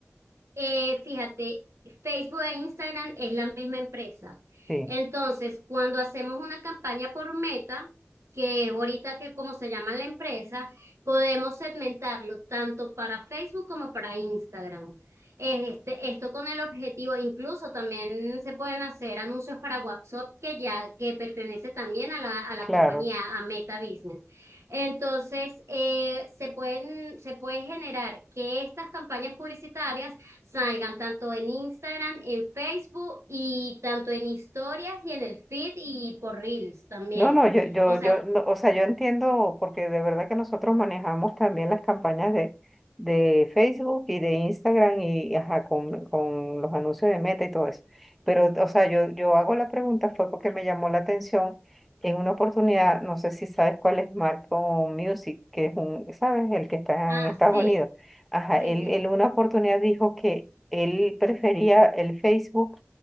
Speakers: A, on the right (about 75°); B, in the centre.
A: Eh, fíjate, Facebook e Instagram es la misma empresa.
B: Sí,
A: Entonces, cuando hacemos una campaña por meta, que es ahorita que como se llama la empresa, podemos segmentarlo tanto para Facebook como para Instagram. Eh, Este, esto con el objetivo, incluso también se pueden hacer anuncios para WhatsApp que ya que pertenece también a la, a la
B: claro.
A: compañía, a Meta Business. Entonces, eh, se pueden, se puede generar que estas campañas publicitarias salgan tanto en Instagram, en Facebook y tanto en historias y en el feed y por Reels también.
B: No, no, yo, yo,
A: O sea,
B: yo, no, o sea, yo entiendo porque de verdad que nosotros manejamos también las campañas de, de Facebook y de Instagram y, y ajá, con, con los anuncios de Meta y todo eso. Pero, o sea, yo, yo hago la pregunta fue porque me llamó la atención en una oportunidad, no sé si sabes cuál es Marco Music, que es un, ¿sabes? El que está
A: ah,
B: en Estados
A: sí,
B: Unidos. Ajá,
A: sí,
B: él
A: sí.
B: él en una oportunidad dijo que él prefería el Facebook